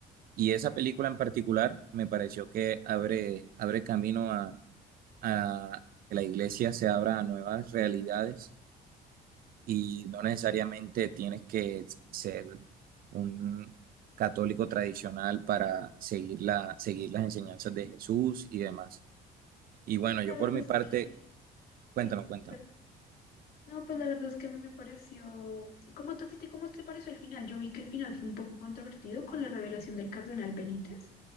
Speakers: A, on the right; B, on the left.
A: Y esa película en particular me pareció que abre, abre camino a, a que la iglesia se abra a nuevas realidades y no necesariamente tienes que ser un católico tradicional para seguir la, seguir las enseñanzas de Jesús y demás. Y bueno, yo
B: la
A: por
B: verdad
A: mi
B: es
A: parte,
B: que sí,
A: cuéntame, cuéntame.
B: pues, perdón. No, pues la verdad es que a mí me pareció. ¿Cómo te, a ti te- cómo te pareció el final? Yo vi que el final fue un poco controvertido con la revelación del cardenal Benítez.